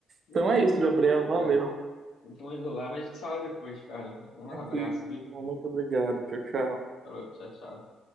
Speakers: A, on the left; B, on the right.
A: Não,
B: Então é
A: combinado
B: isso, Gabriel.
A: então,
B: Valeu.
A: cara. Então indo lá, mas a gente fala depois, cara. Um
B: Tranquilo.
A: abraço, viu?
B: Muito obrigado. Tchau, tchau.
A: Falou, tchau, tchau.